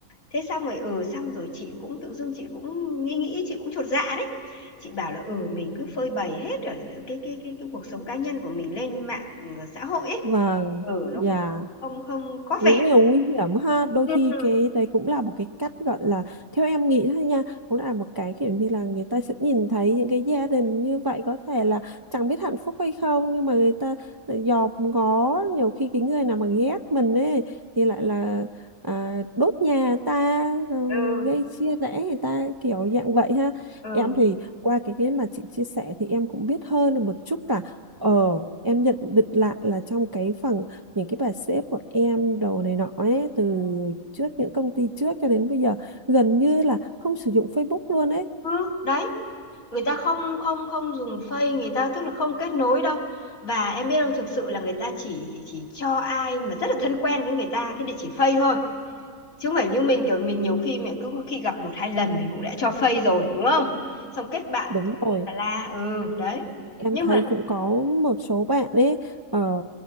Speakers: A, on the left; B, on the right.
A: thế xong rồi ừ xong rồi chị cũng tự dưng chị cũng nghĩ nghĩ chị cũng chột dạ đấy chị bảo là ừ mình cứ phơi bày hết ở cái cái cái, cái cuộc sống cá nhân của mình lên mạng ừ, xã hội ấy
B: vâng
A: ừ nó
B: dạ
A: cũng không không, không có
B: Cũng
A: vẻ
B: nhiều nguy hiểm ha đôi
A: ừ
B: khi cái đấy cũng là một cái cách gọi là theo em nghĩ thôi nha cũng là một cái kiểu như là người ta sẽ nhìn thấy những cái gia đình như vậy có thể là chẳng biết hạnh phúc hay không nhưng mà người ta lại dòm ngó nhiều khi cái người nào mà ghét mình ấy thì lại là à, đốt nhà ta rồi
A: ừ
B: gây chia rẽ người ta kiểu dạng vậy ha
A: ừ
B: em thì qua cái cái mà chị chia sẻ thì em cũng biết hơn được một chút là ờ em nhận định lại là trong cái phần những cái bà sếp của em đồ này nọ ấy từ trước những công ty trước cho đến bây giờ gần như là không sử dụng Facebook luôn ấy
A: ừ đấy người ta không không không dùng Face người ta tức là không kết nối đâu và em biết không thực sự là người ta chỉ chỉ cho ai mà rất là thân quen với người ta cái địa chỉ Face thôi chứ không phải như mình kiểu mình nhiều khi mình cứ có khi gặp một hai lần mình cũng đã cho Face rồi đúng không xong kết bạn
B: đúng
A: tùm
B: rồi
A: lum tà la ừ đấy
B: em
A: nhưng
B: thấy
A: mà
B: cũng có một số bạn ấy ờ,